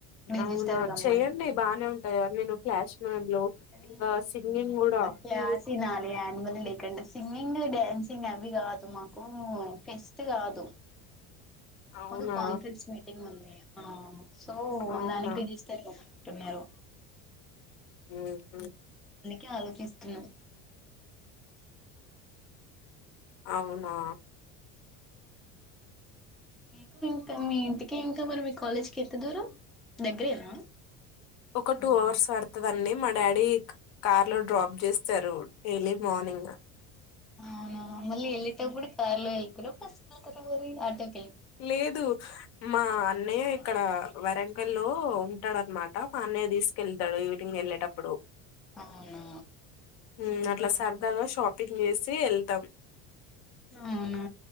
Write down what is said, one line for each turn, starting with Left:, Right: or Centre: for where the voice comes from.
Centre: రడిజిస్టర్కమ్మని
Left: అవునా చెయ్యండి బానే ఉంటది కదా నేను ఫ్లాష్ మ్యాన్ లో
Centre: అది
Left: ఇంకా సింగింగ్ కూడా
Centre: క్యాసనాల అనిమల్ లేకడి సింగింగ్ డ్యాన్సింగ్ అవి కాదు మాకు ఫెస్ట్ కాదు
Left: అవునా
Centre: ఒక కాన్ఫరెన్స్ మీటింగ్ ఉంది సో
Left: అవునా
Centre: దానికిదిస్తారు క ఉన్నరూ
Left: ఉమ్
Centre: అందుకే ఆలోచిస్తున్నాం
Left: అవునా
Centre: మీకు ఇంకా మీ ఇంటికి ఇంకా మనం కాలేజ్ కి ఎంత దూరం దగ్గరేనా
Left: ఒక టూ హార్స్ పడతదండి మా డాడీ కార్ లో డ్రాప్ చేస్తారు డైలీ మార్నింగ్
Centre: అవునా మళ్లీ వెళ్లేటప్పుడు కార్లో వెళ్తారా బస్సులో ఆటోక్
Left: లేదు మా అన్నయ్య అక్కడ వరంగల్లో ఉంటాడన్నమాట మా అన్నయ్య తీసుకెళ్తాడు ఈవినింగ్ వెళ్ళేటప్పుడు
Centre: అవునా
Left: ఉమ్ అట్లా సరదాగా
Centre: ఓకే
Left: షాపింగ్ చేసి తి వెళ్తాం
Centre: అవునా